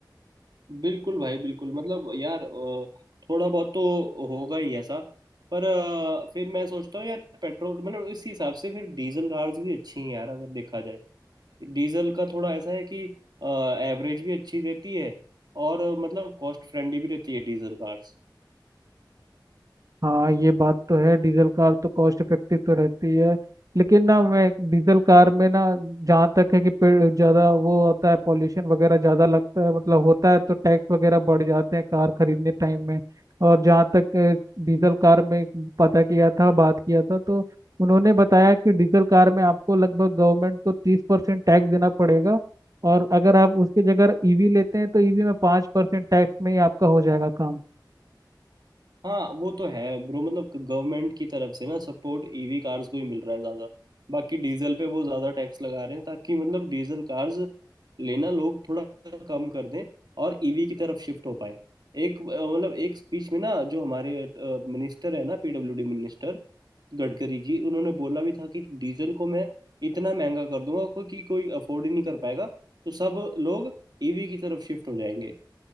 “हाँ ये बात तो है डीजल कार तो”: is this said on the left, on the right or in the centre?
Right